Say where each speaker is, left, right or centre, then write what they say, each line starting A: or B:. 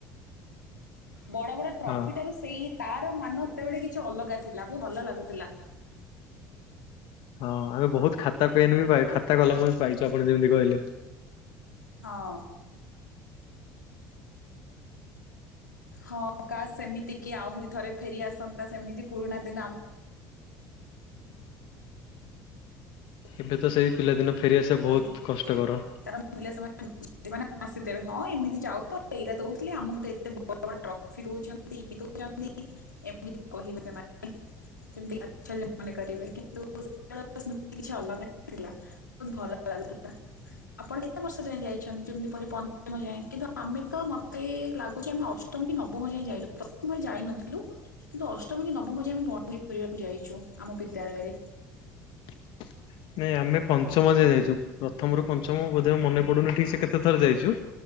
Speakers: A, on the left; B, on the left.
A: ବଡ଼ ବଡ଼ ଟ୍ରଫି
B: ହଁ
A: ଠାରୁ ସେଇ ତାର ମାନ ତେବେଳେ କି ଛି ଅଲଗା ଥିଲା ବୋହୁ ଭଲ ଲାଗୁଥୁଲା।
B: ହଁ ଆମେ ବୋହୁତ ଖାତା ପେନ୍ ବି ପାଇ ଖାତା କଲମ ବି ପାଇଚୁ ଆପଣ ଯେମିତି କହିଲେ।
A: ହଁ। ହଁ କାସ୍ ସେମିତି କି ଆହୁରି ଥରେ ଫେରି ଆସନ୍ତା ସେମିତି ପୁରୁଣା ଦିନ ଆମ୍
B: ଏବେ ତ ସେଇ ପିଲାଦିନ ଫେରିଆସିବା ବୋହୁତ
A: ଯେମିତି
B: କଷ୍ଟ
A: ଥିଲେ
B: କର।
A: ତାର ମୂଲ୍ୟ ସେମାନେ ମାନେ ହସି ଦେବେ ହଁ ଏମିତି ଯାଉଚ ଏଇରା ଦୋଉଥିଲେ ଆମକୁ ତ ଏତେ ବଡ଼ ବଡ଼ ଟ୍ରଫି ଦୋଉଛନ୍ତି। <unintelligible> ଦୋଉଚନ୍ତି ଏମିତି କହିବେ ସେମାନେ। ସେମିତି ତାଛଲ୍ୟ ମନେ କରିବେ କିନ୍ତୁ <unintelligible> ସ୍ମୃତି କିଛି ଅଲଗା ଥିଲା ବୋହୁତ ଭଲ ଲାଗୁଥିଲା। ଆପଣ କେତେ ବର୍ଷ ଯାଏ ଯାଇଛନ୍ତି ଯେମିତି ପଲେ ପଞ୍ଚମ ଯାଏ କିନ୍ତୁ ଆମେ ତ ମତେ ଲାଗୁଛି ଆମେ ଅଷ୍ଟମ କି ନବମ ଯାଏ ଯାଇଥିଲୁ ଦଶମରେ ଯାଇନଥିଲୁ କିନ୍ତୁ ଅଷ୍ଟମ କି ନବମ ଯାଏ ଆମେ। <unintelligible> କରିବାକୁ ଯାଇଚୁ ଆମ ବିଦ୍ୟାଳୟରେ।
B: <inaudible> ନାଇଁ ଆମେ ପଞ୍ଚମ ଯାଏ ଯାଇଚୁ ପ୍ରଥମରୁ ପଞ୍ଚମ ବୋଧେ ଆଉ ମନେ ପଡୁନି ଠିକ ସେ କେତେଥର ଯାଇଚୁ।